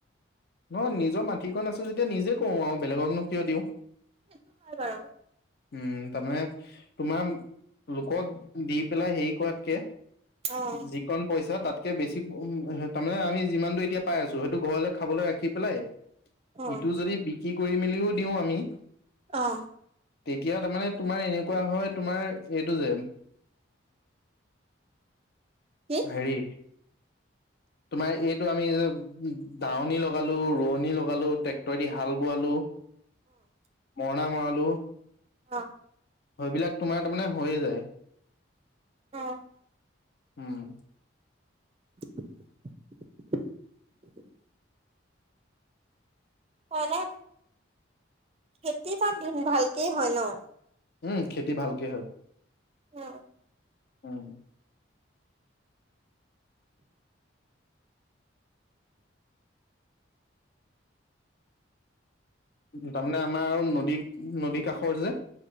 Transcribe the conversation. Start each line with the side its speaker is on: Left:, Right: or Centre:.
Left: নহ নিজৰ মাটিখন আছে যেতিয়া নিজে কৰো আৰু বেলেগক নো কিয় দিওঁ।
Right: সেইটো হয় বাৰু।
Left: উম তাৰমানে তোমাৰ লোকক দি পেলাই হেৰি কৰাতকে।
Right: অ',
Left: যিক কণ পইচা তাতকে বেছি উ তাৰমানে আমি যিমানটো এতিয়া পাই আছো হয়টো ঘৰলে খাবলৈ ৰাখি পেলাই।
Right: অ',
Left: ইটো যদি বিক্ৰী কৰি মেলিও দিওঁ আমি।
Right: অ।
Left: তেতিয়া তাৰ মানে তোমাৰ এনেকুৱা হয় তোমাৰ এইটো যে।
Right: কি?
Left: হেৰি। তোমাৰ এইটো আমি যে দাৱনি লগালো ৰোৱনী লগালো ট্ৰেক্টৰে দি হাল বোৱালো। মৰণা মৰালো।
Right: অহঁ।
Left: সৈ বিলাক তোমাৰ তাৰমানে হৈয়ে যায়।
Right: অহঁ।
Left: উম।
Right: <unintelligible> হয়নে খেতি তাত ভালকেই হয় ন'?
Left: উম খেতি ভালকে হয়।
Right: উম।
Left: উম। উম তাৰমানে আমাৰ আৰু নদী-নদী কাষৰ যে।